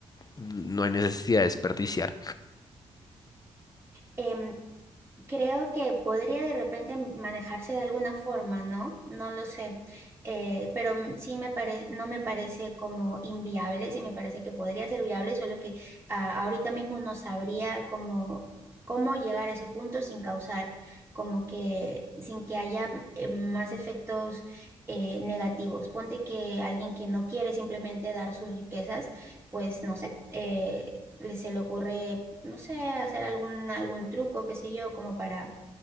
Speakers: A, on the left; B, on the right.
A: no hay necesidad de desperdiciar.
B: Em, Creo que podría de repente manejarse de alguna forma, ¿no? No lo sé. Eh, pero mm, sí me parece, no me parece como inviable, sí me parece que podría ser viable, solo que ah, ahorita mismo no sabría cómo, cómo llegar a ese punto sin causar como que, sin que haya eh, más efectos eh, negativos. Ponte que alguien que no quiere simplemente dar sus riquezas, pues no sé, eh, le se le ocurre no sé, hacer algún, algún truco, qué sé yo, como para